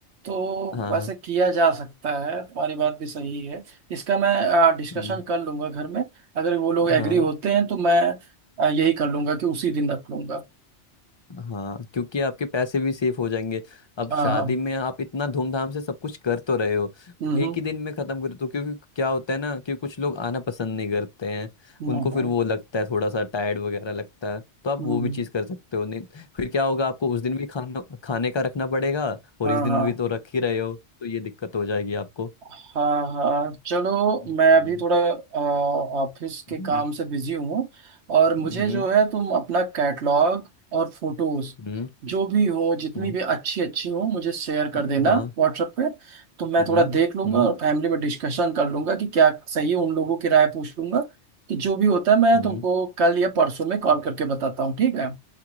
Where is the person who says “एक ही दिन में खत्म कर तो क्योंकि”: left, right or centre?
Left